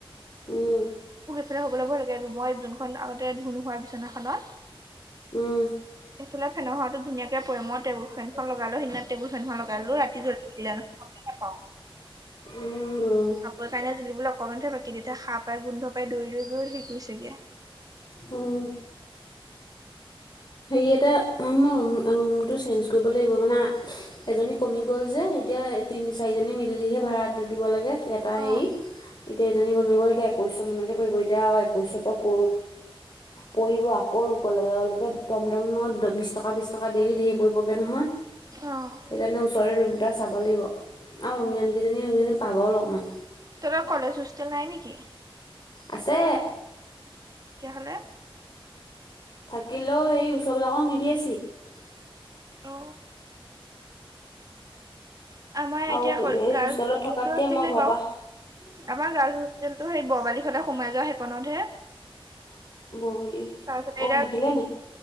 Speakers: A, on the left (about 50°); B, on the right (about 40°).
A: উম
B: হ'ব ল'ব লাগে মই যোনখন আগতে ধুণোহোৱা বিচনাখনত
A: উম
B: এইফে ফেনৰ হ ধুনাক কে পৰে মই েবুল ফেন লগ লো সদিনা েবুল ফেনখন লগ কালো ৰাতি জ্বল ন নাপা
A: উম উম
B: কাপোৰ কাৰণে জুলিব অকমানহে বাকী তেতিয়া খা পাই গোন্ধ পাই দৌ দৌ গৈও শেৰি কৰিছেগে
A: উম। হেৰি এটা মোৰ ম ৰুমটো চেঞ্জ কৰিব লাগিব মানে এজনী কমি গ'ল যে এতিয়া তিনি চাৰিজনী মিলিহে ভাড়াটো দিব লাগে। এটা হেৰি
B: অ
A: এতিয়া এজনী কমি গল একৈশশ মানকে পৰিব এতিয়া একৈশৰ পৰা ক পৰিব আকৌ কলেজৰ লৈকে দম দম নত বিশ টকা বিশ টকা দেইলি ধেৰ পৰিবগৈ নহয়
B: অ
A: সেইকাৰণে ওচৰৰে দুটা চাব লাগিব, আৰু ৰমীয়ান কেইজনী সেইজনী পাগল অকমান
B: তৰা কলেজ হোষ্টেল নাই নেকি
A: আছে
B: তেতিয়াহ'লে
A: থাকিলেও সেই ওচৰবলাকক নিদিয়েছিলিত
B: অ আমাৰ এতিয়া
A: আৰু এই
B: গাৰ্লছ
A: হোষ্টেলত
B: হোষ্টেলটো
A: থকাতকে
B: আছিলে
A: মই ঘৰ
B: বাৰু
A: পা
B: আমাৰ গাৰ্ল হোষ্টেলটো সেই বৰবালিৰ ফালে সোমাই যোৱা সেইকনতহে
A: <unintelligible> ব বুলি
B: তাৰপিছতে
A: অ
B: এতিয়া
A: সেইফালে নেকি